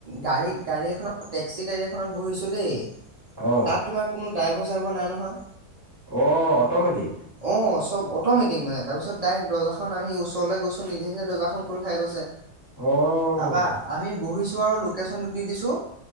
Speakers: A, on the right; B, on the right.
A: গাড়ী গাড়ী এখনত টেক্সি গাড়ী এখনত বহিছো দেই
B: অ',
A: তাত তোমাৰ কোনো ড্ৰাইভৰ চাইভৰ নাই নহয়।
B: অ অটমেটিক।
A: অ চব অট'মেটিক মানে তাৰ পিত ডাইৰেক্ দৰ্জাখন আমি ওচৰলৈ গৈছো নিজ নিজে দৰ্জাখন খোল খাই গৈছে।
B: অ',
A: তাৰপা আমি বহিছো আৰু লোকেশচনতটো দি দিছো